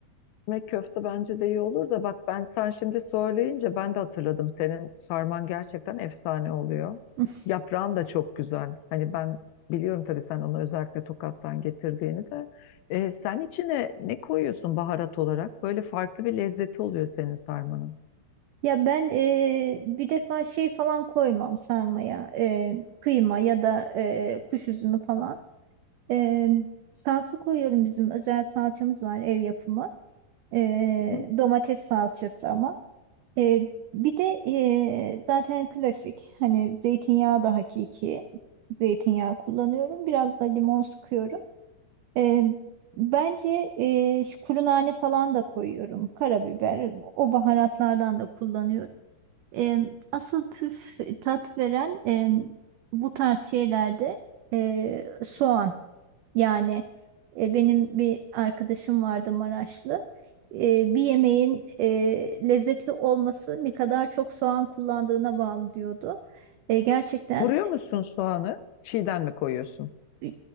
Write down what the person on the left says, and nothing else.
Ekmek köfte bence de iyi olur da bak ben sen şimdi söyleyince ben de hatırladım. Senin sarman gerçekten efsane oluyor.
Yaprağın da çok güzel. Hani ben biliyorum tabii sen onu özellikle Tokat'tan getirdiğini de. Ee, sen içine ne koyuyorsun baharat olarak? Böyle farklı bir lezzeti oluyor senin sarmanın.
Hı.
Vuruyor musun soğanı? Çiğden mi koyuyorsun?